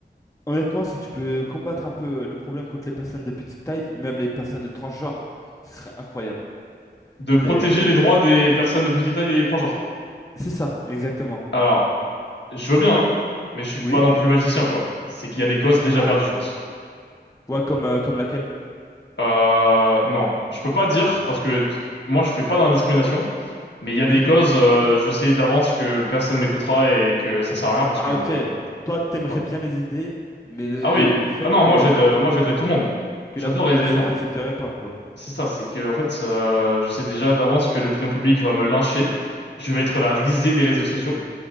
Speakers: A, on the left; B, on the left.
A: honnêtement, si tu peux combattre un peu euh, le problème contre les personnes de petite taille et même les personnes de transgenre, ce serait incroyable.
B: De protéger
A: C'est
B: les droits des personnes de petite taille et transgenres.
A: c'est ça, exactement.
B: Alors, je veux bien, hein, mais je suis
A: Oui?
B: pas non plus magicien, quoi. C'est qu'il y a des causes déjà
A: Ah,
B: perdues, je pense.
A: ouais, comme, euh, comme laquelle?
B: Euh, non, je peux pas dire, parce que t- moi, je fais pas d'indiscrimination. Mais il y a
A: Oui.
B: des causes, euh, je sais d'avance que personne m'écoutera et que ça sert à rien parce
A: Ah,
B: que,
A: ok.
B: bah, euh,
A: Toi, t'aimerais
B: tu vois.
A: bien les aider, mais le,
B: Ah oui.
A: le fait
B: Ah non,
A: que,
B: moi j'aide, euh, moi j'aiderai tout le monde.
A: que
B: J'adore
A: la population
B: aider les gens.
A: n'accepterait pas, quoi.
B: C'est ça, c'est que, en fait, euh, je sais déjà d'avance que l'opinion publique va me lyncher. Je vais être la risée des réseaux sociaux